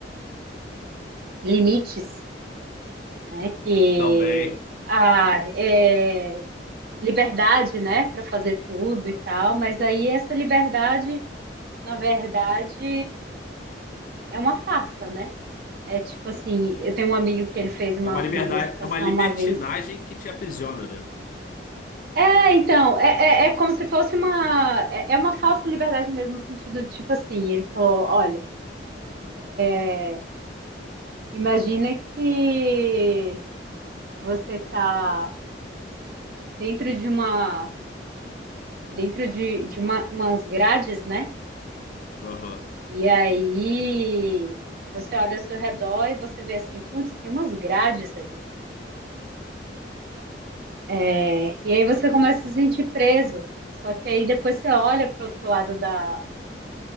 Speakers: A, on the right; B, on the left.
A: limites, né? Que
B: Também.
A: a é liberdade, né, para fazer tudo
B: É,
A: e tal, mas aí essa liberdade, na verdade, É uma farsa, né. É tipo assim, eu tenho um amigo que ele fez uma
B: É uma liberdade,
A: uma ilustração
B: é uma libertinagem
A: uma vez
B: que te aprisiona, né?
A: é, então, é é é como se fosse uma é é uma falsa liberdade mesmo, no sentido de tipo assim, ele falou: "Olha, eh, imagina que você tá dentro de uma dentro de de uma umas grades, né,
B: Aham.
A: e aí você olha ao seu redor e você vê assim: 'Putz, tem umas grades ali'". É, e aí você começa a se sentir preso. Só que aí depois você olha para o outro lado da,